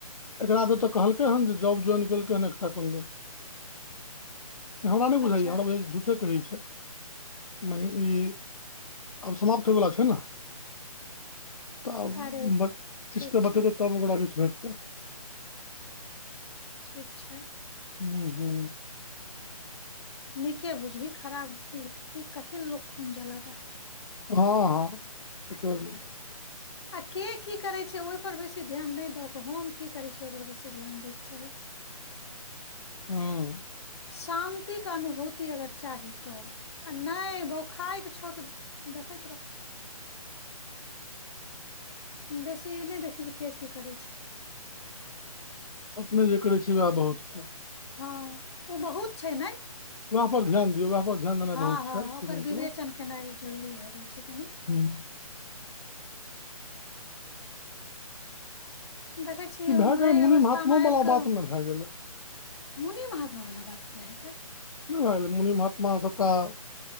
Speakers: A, on the left; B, on the left.
A: एकराद तऽ कहलकै हन जे जॉब ज्वइन केलकै हन एकटा कोन दीन हमरा नय बुझाइयए
B: अच्छा
A: हमरा बुझाय झूठे कहै छै म ई आब समाप्त होयवला छै न तब
B: अरे ठीक
A: किस्तऽ
B: छै
A: बतेतै तब ओकरा किछ भेटतै
B: अच्छा
A: हू हू
B: नीके बुझही खराब की कथि लु खून जलाबै
A: हँ हँ तऽ कैर ले
B: आ के की करै छै ओहि पर बेसी ध्यान नहि की करै छ ओ बेस ध दै चाही
A: हँ
B: शान्तिके अनुभूति अगर चाही तऽ आ नहि बौखाइ छौ तऽ देखैत त रहब
A: <unintelligible>
B: बेसी नहि देखी जे के की करै छै
A: अपने जे करैत छियै उएह बहुत छै
B: हँ ओ बहुत छै ने
A: वएह पर ध्यान दियौ वएह पर ध्यान देनाइ
B: हँ
A: बहुत
B: हँ
A: छै एकर
B: ओकर
A: मतलब
B: विवेचन केनाइ जरूरी भए जाइ छै कनि
A: ह
B: देखै छियै
A: ई भए
B: हम
A: गेलै
B: एहि
A: मुनि
B: अवस्थामे
A: महात्मोवला
B: आबि कऽ
A: बात ने भए गेलै
B: मुनि महात्मा वला बात किया हेतै
A: नहि मुनि महात्मा छटा